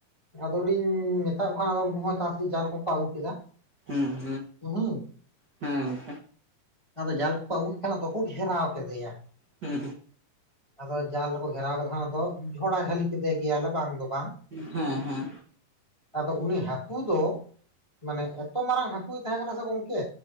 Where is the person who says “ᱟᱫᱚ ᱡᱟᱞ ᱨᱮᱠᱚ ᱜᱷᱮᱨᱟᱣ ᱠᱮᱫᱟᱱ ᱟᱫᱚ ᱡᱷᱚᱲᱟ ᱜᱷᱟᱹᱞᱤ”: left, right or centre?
Left